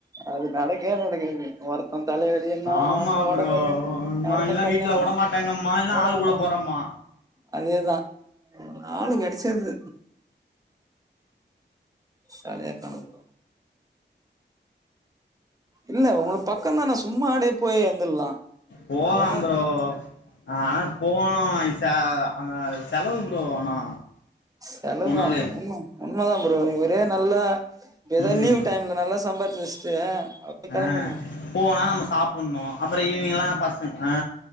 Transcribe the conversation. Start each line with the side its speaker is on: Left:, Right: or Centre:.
Right: அது நடக்கே நடக்காது வொர் ம் தலைவலினா
Left: ஆமா
Right: அடுத்து
Left: ப்ரோ
Right: ஒடம்புவலி
Left: அம்மா
Right: அடுத்த
Left: எல்லா
Right: கல்யாணோ
Left: வீட்ல உட மாட்டாங்கம்மா எல்லா
Right: கூட
Left: ஆள்
Right: வந்தவங்
Left: போறம்மா
Right: அதேதா நாலு கெடச்சது கால்லே காணோ ப்ரோ இல்ல உங்ளு பக்கந்தான சும்மா அடே போயி வந்துர்லா
Left: போலாம்
Right: நம்ப
Left: ப்ரோ ஆ போனா அய்சா ஆ செலவு ப்ரோ ஆனா
Right: செலவுதா
Left: போனாலே
Right: உண்ம உண்மதா ப்ரோ ஒரே நாள்ள எதாது
Left: ம்
Right: லீவ் டைம்ல நல்லா சம்பாச்சி வெஷ்டு அப்டே கெளம்பிண்ணு
Left: ஆ போனா நாம சாப்புண்ணு அப்றோ ஈவினிங்லா பஸ்சு ஆ